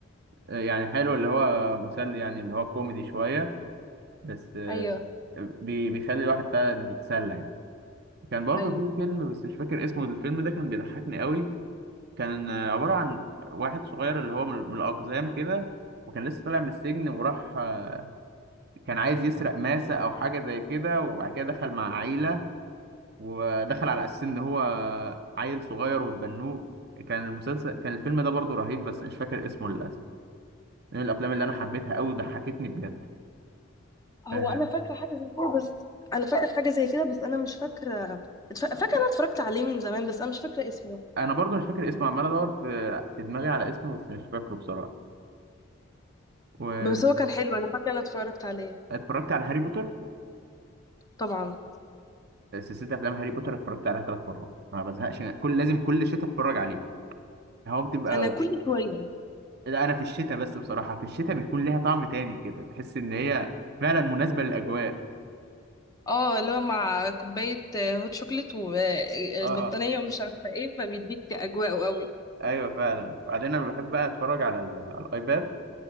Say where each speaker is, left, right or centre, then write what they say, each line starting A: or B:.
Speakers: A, on the right (about 50°); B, on the left (about 15°).
A: آه، يعني حلو اللي هو مسلي يعني اللي هو كوميدي شوية بس آه،
B: ايوه
A: بي- بيخلي الواحد فعلا يتسلى يعني كان برضه
B: ايوه
A: في فيلم بس مش فاكر اسمه الفيلم ده كان بيضحكني قوي كان آه، عبارة عن واحد صغير اللي هو من من الأقزام كده وكان لسه طالع من السجن وراح آه، كان عايز يسرق ماسة أو حاجة زي كده وبعد كده دخل مع عيلة ودخل على اساس ان هو عيل صغير وتبنوه كان المسلسل كان الفيلم ده برضو رهيب بس مش فاكر اسمه للاسف من الافلام اللي انا حبيتها قوي ضحكتني بجد
B: هو
A: آه،
B: انا فاكره حاجه زي كده بس انا فاكره حاجه زي كده بس انا مش فاكره اتف- فاكره انا اتفرجت عليه من زمان بس انا مش فاكره اسمه
A: انا برضو مش فاكر اسمه عمال ادور في في دماغي على اسمه بس مش فاكره بصراحه واتفرجت
B: بس هو كان حلو انا فاكره انا اتفرجت عليه
A: على هاري بوتر
B: طبعا
A: سلسله افلام هاري بوتر اتفرجت عليها ثلاث مرات ما بزهقش من- كل لازم كل شتاء اتفرج عليه هو بتبقى
B: انا كل شويه
A: لا انا في الشتاء بس بصراحه في الشتاء بيكون ليها طعم تاني كده تحس ان هي فعلا مناسبه للاجواء
B: اه اللي هو مع كوبايه آه، هوت شوكليت والبطانيه
A: اه
B: ومش عارفه ايه فبيديك اجواء قوي
A: ايوه فعلا وبعدين انا بحب بقى اتفرج على ال... على الايباد